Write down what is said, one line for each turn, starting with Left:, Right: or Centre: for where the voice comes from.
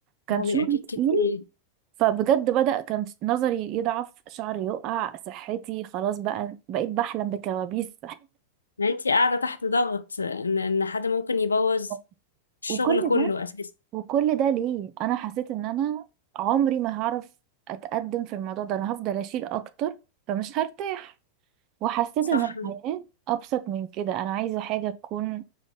Right: كان
Left: هو
Right: شغل
Left: بيبقى اكيد
Right: تقيل
Left: كتير
Right: فبجد بدأ كان نظري يضعف شعري يقع صحتي خلاص بقى بقيت بحلم بكوابيس
Left: يعني انت قاعده تحت ضغط ان ان حد ممكن يبوظ
Right: <laughs>
Left: الشغل
Right: وكل
Left: كله
Right: ده
Left: اساسا
Right: وكل ده ليه انا حسيت ان انا عمري ما هعرف اتقدم في الموضوع ده انا هفضل اشيل اكتر فمش هرتاح وحسيت
Left: صح
Right: ان الحياة ابسط من كده انا عايزة حاجة تكون